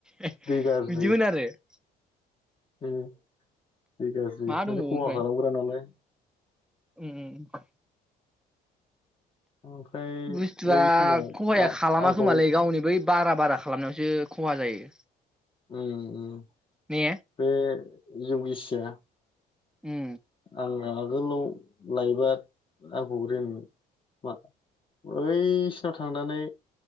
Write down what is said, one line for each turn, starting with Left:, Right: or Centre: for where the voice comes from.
Centre: बिदिबो
Left: दै गाज्रि
Centre: होनो आरो <inaudible>
Left: उम दै गाज्रि
Centre: मा दंबावो
Left: माने खहा
Centre: ओमफ्राय
Left: खालामग्रा नालाय
Centre: उम उम
Left: ओमफ्राय
Centre: बुस्थुआ
Left: बै समाव
Centre: खहाया
Left: आ
Centre: खालाम
Left: आंखौ
Centre: खोमालै गावनि बै बारा बारा खालामनायावसो खहा जायो
Left: उम उम
Centre: ने
Left: बे जौ गिसिया
Centre: उम
Left: आंनाव आगोलाव लायबा आंखौ रोन मा अै-सिनाव थांनानै